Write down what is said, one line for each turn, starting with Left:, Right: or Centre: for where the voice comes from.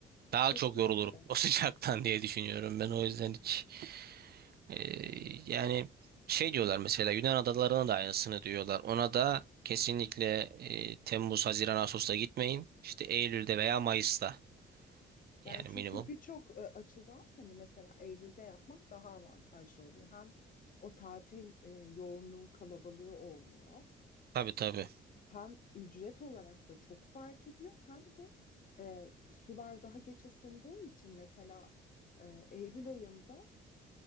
Right: Daha
Left: Kesinlikle.
Right: çok yorulurum o <laughs> sıcaktan diye düşünüyorum ben o yüzden hiç. Ee, yani şey diyorlar mesela Yunan adalarına da aynısını diyorlar. Ona da kesinlikle e, Temmuz, Haziran, Ağustos'ta gitmeyin. İşte Eylül'de veya Mayıs'ta
Left: Yani
Right: yani
Left: çünkü
Right: minimum.
Left: birçok e, açıdan hani mesela Eylül'de yapmak daha avantajlı oluyor. Hem o tatil e, yoğunluğu kalabalığı olmuyor.
Right: Tabii tabii.
Left: hem ücret olarak da çok fark ediyor hem de e, sular daha geç ısındığı için mesela e, Eylül ayında